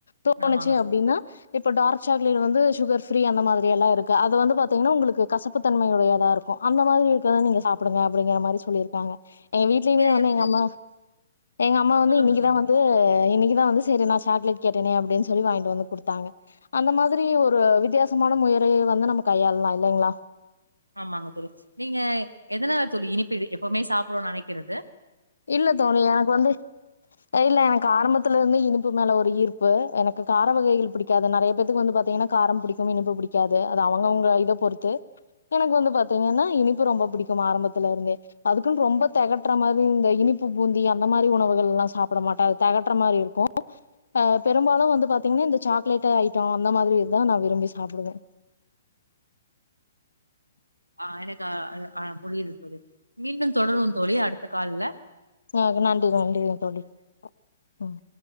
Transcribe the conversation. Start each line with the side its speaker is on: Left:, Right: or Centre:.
Left: தோணுச்சு
Right: ஆமாங்க
Left: அப்டின்னா
Right: தோழி
Left: இப்ப டார்க் சாக்லேட் வந்து சுகர் ஃப்ரீ அந்த மாரி எல்லாம் இருக்கு அது வந்து பாத்தீங்கன்னா உங்களுக்கு கசப்புத்தன்மையுடையதா இருக்கும் அந்த மாரி இருக்றத நீங்க சாப்டுங்க அப்டிங்கிற மாரி சொல்லிருக்காங்க எங்க வீட்லயுமே
Right: நீங்க
Left: வந்து
Right: எப்டி
Left: எங்க அம்மா எங்க அம்மா வந்து
Right: சொல்லுங்க
Left: இன்னைக்குதான்
Right: தோழி
Left: வந்து இன்னைக்க இத வந்து செரி நான சாக்லேட் கேட்டேன் அப்டின்னு சொல்லி வாங்கிட்டு வந்து கொடுத்தாங்க அந்த மாரி ஒரு வித்யாசமான முறைய வந்து நம்ம கையாளலாம் இல்லைங்களா
Right: ஆமாங்க தோழி நீங்க எதனால தோழி இனிப்ப எப்பவுமே சாப்டணும்னு நினைக்கிறது
Left: இல்ல தோழி எனக்கு வந்து இல்ல எனக்கு ஆரம்பத்துல இருந்து இனிப்பு மேல ஒரு ஈர் இப்ப எனக்கு கார வகைகள் பிடிக்காது நெறைய பேக்கு வந்து பாத்தீங்கன்னா காரம் புடிக்கும் இனிப்பு புடிக்காது அவங்கவுங்க இத பொறுத்து எனக்கு வந்து பாத்தீங்கன்னா இனிப்பு ரொம்ப பிடிக்கும் ஆரம்பத்துல இருந்தே அதுக்குன்னு ரொம்ப தகட்டுற மாரி இந்த இனிப்பு பூந்தி அந்த மாரி உணவுகள் எல்லாம் சாப்பிட மாட்டேன் அது தகட்டுற மாரி இருக்கும் அ பெரும்பாலும் வந்து பாத்தீங்கன்னா இந்த சாக்லேட் ஐட்டம் அந்த மாரி இதுதான் நான் விரும்பி சாப்பிடுவேன்
Right: ஆஎனக்கு ஆ புரியுது சொ மீண்டும் தொடரும் தோழி அடு கால்ல
Left: ஆ நன்றி நன்றிங்க தோழி உம்